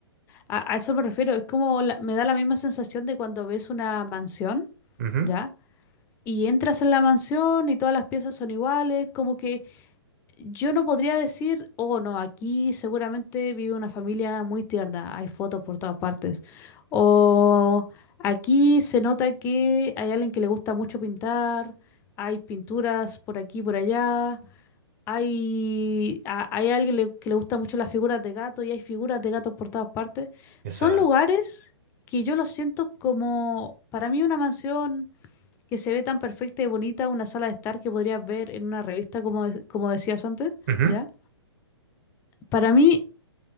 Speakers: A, on the left; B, on the right.
A: A, a eso me refiero, es como la- me da la misma sensación de cuando ves una mansión,
B: Ujú,
A: ¿ya? Y entras en la mansión y todas las piezas son iguales, como que Yo no podría decir, oh no, aquí seguramente vive una familia muy tierna, hay fotos por todas partes. O aquí se nota que hay alguien que le gusta mucho pintar, hay pinturas por aquí y por allá, hay, a- hay alguien le- que le gusta mucho las figuras de gato y hay figuras de gatos por todas partes.
B: Exacto.
A: Son lugares que yo los siento como, para mí una mansión que se ve tan perfecta y bonita una sala de estar que podrías ver en una revista, como, de- como decías antes,
B: Ujú,
A: ¿ya? Para mí